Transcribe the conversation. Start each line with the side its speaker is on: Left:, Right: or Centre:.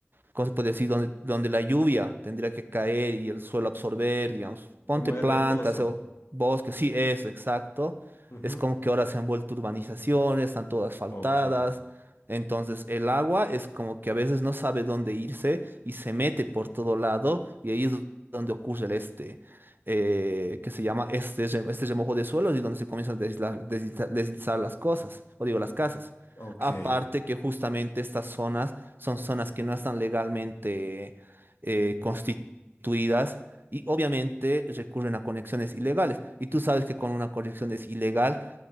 Right: ¿cómo se puede decir? Donde, donde la lluvia tendría que caer y el suelo absorber, digamos. Ponte
Left: Como de
Right: plantas
Left: reposo.
Right: o bosques, sí, eso, exacto.
Left: Ujú.
Right: Es como que ahora se han vuelto urbanizaciones, están todas asfaltadas.
Left: Ok,
Right: Entonces el agua es como que a veces no sabe dónde irse y se mete por todo lado y ahí es donde ocurre el este, eh, que se llama este, rem- este remojo de suelos y donde se comienzan a deslizar, deslizar- deslizar las cosas, o digo las casas.
Left: ok.
Right: Aparte que justamente estas zonas son zonas que no están legalmente eh, constituidas y obviamente recurren a conexiones ilegales. Y tú sabes que con una conexión es ilegal,